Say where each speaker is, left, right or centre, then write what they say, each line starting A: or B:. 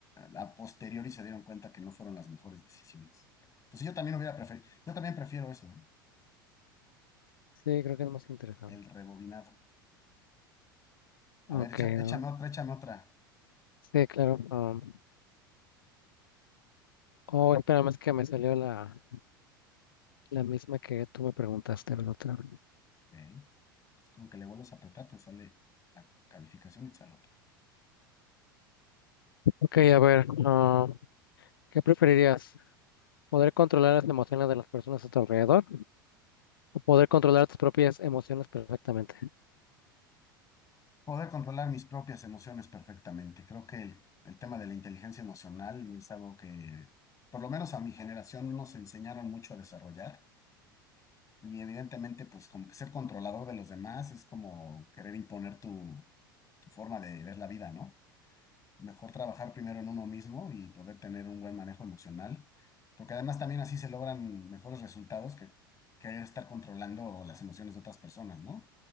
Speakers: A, on the left; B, on the left.
A: a posteriori se dieron cuenta que no fueron las mejores decisiones. Pues sí, yo también hubiera preferido, yo también prefiero eso, ¿eh?
B: Sí, creo que es más interesante.
A: El rebobinado.
B: Ok,
A: A ver, echa- échame
B: ah,
A: otra, échame otra.
B: sí, claro. ah, oh, espérame, es que me salió la, la misma que tú me preguntaste, la otra.
A: Ok. Es como que le vuelves a apretar, te sale la calificación y te sale otra.
B: Ok, a ver, ah, ¿qué preferirías? ¿Poder controlar las emociones de las personas a tu alrededor o poder controlar tus propias emociones perfectamente?
A: Poder controlar mis propias emociones perfectamente. Creo que el, el tema de la inteligencia emocional es algo que, por lo menos a mi generación, nos enseñaron mucho a desarrollar. Y evidentemente, pues como que ser controlador de los demás es como querer imponer tu, forma de ver la vida, ¿no? Mejor trabajar primero en uno mismo y poder tener un buen manejo emocional, porque además también así se logran mejores resultados que querer estar controlando las emociones de otras personas, ¿no?